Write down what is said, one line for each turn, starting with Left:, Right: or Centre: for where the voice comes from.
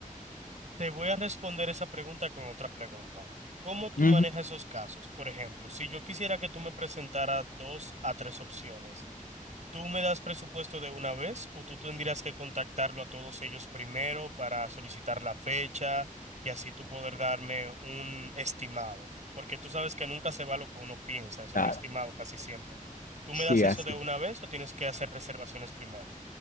Right: Te voy a responder esa pregunta con otra pregunta. ¿Cómo tú
Left: Ujú,
Right: manejas esos casos? Por ejemplo, si yo quisiera que tú me presentaras dos a tres opciones, ¿tú me das presupuesto de una vez o tú tendrías que contactarlo a todos ellos primero para solicitar la fecha y así tú poder darme un estimado? Porque tú sabes que nunca se va lo que uno piensa, es un
Left: claro.
Right: estimado casi siempre. ¿Tú
Left: Sí,
Right: me das eso
Left: así.
Right: de una vez o tienes que hacer reservaciones primero?